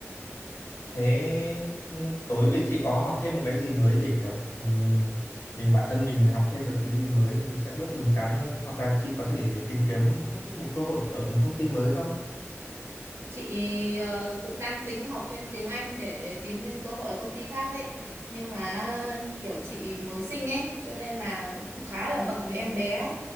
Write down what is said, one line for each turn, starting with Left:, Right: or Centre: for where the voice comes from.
Left: Thế ừ, tối về chị có học thêm một cái gì mới để kiểu mình mình bản thân mình học thêm được thứ gì mới mình sẽ bớt buồn chán hơn hoặc là chị có thể tìm kiếm một cơ hội ở một công ty mới không?
Right: chị ờ, cũng đang tính học thêm tiếng Anh để tìm thêm cơ hội ở công ty khác đấy nhưng mà kiểu chị mới sinh ấy cho nên là cũng khá là bận với em bé ấy.